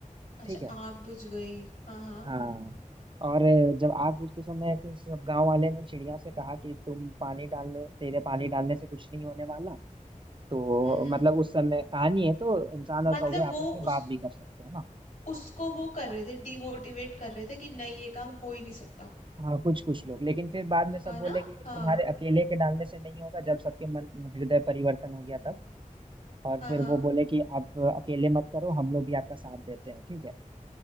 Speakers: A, on the left (about 75°); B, on the right (about 35°).
A: अच्छा
B: ठीक है
A: आग बुझ गई हाँ हाँ
B: हाँ और जब आग बुझते समय कि सब गांव वाले ने चिड़िया से कहा कि तुम पानी डालने तेरे पानी डालने से कुछ नहीं होने वाला तो
A: हम्म हम्म
B: मतलब उस समय कहानी है तो इंसान और
A: मतलब
B: कौवे आपस
A: वो
B: में बात
A: उस
B: भी कर सकते हो ना
A: उसको वो कर रहे थे डिमोटिवेट कर रहे थे कि नहीं ये काम हो ही नहीं सकता
B: हाँ कुछ कुछ लोग लेकिन फिर बाद
A: हाँ
B: में सब बोले
A: ना
B: कि
A: हाँ
B: तुम्हारे अकेले के डालने से नहीं होगा जब सबके मन हृदय परिवर्तन हो गया तब और
A: हाँ
B: फिर
A: हाँ
B: वो बोले कि आप अकेले मत करो हम लोग भी आपका साथ देते हैं ठीक है